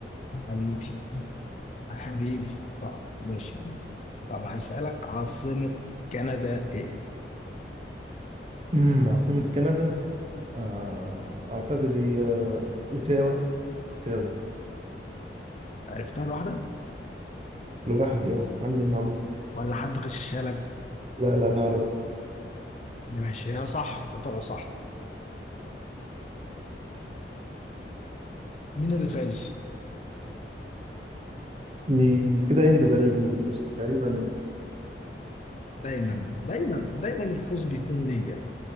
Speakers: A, on the left; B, on the right.
A: حبيبي حبيبي طب ماشي طب هسألك عاصمة كندا إيه؟
B: أمم، عاصمة كندا آه، أعتقد هي أوتاوا أوتاوا
A: عرفتها لوحدك
B: لوحدي أهو عندي المعلومة
A: ولا حد غشها لك؟
B: لا لا أنا عارف
A: ماشي هي صح قلت صح مين اللي فاز؟
B: إيه، كده أنت تقريبا بص تقريبا
A: دايما دايما دايما الفوز بيكون ليا